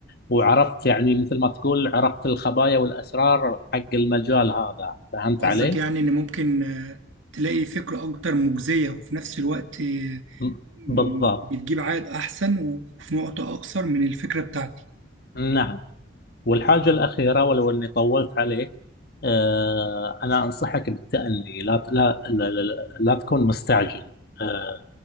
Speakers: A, on the left; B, on the right.
A: وعرفت يعني مثل ما تقول عرفت الخبايا والاسرار حق المجال هذا فهمت
B: قصدك
A: علي؟
B: يعني ان ممكن آه، تلاقي فكره اكتر مجزيه وفي نفس الوقت آه،
A: م- بالضبط
B: م- بتجيب عائد احسن وفي نقطه اكثر من الفكره بتاعتي
A: نعم والحاجه الاخيره ولو اني طولت عليك آه انا انصحك بالتأني لا لا لا, لا, لا تكون مستعجل آه،